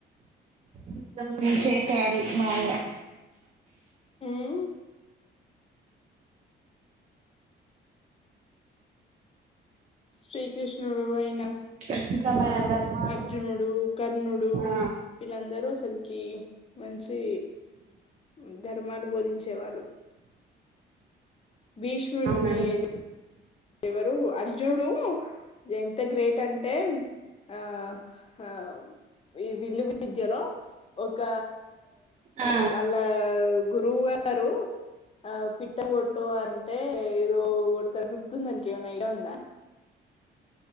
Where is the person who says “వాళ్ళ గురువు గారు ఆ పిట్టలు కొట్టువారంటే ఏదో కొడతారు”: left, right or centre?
Left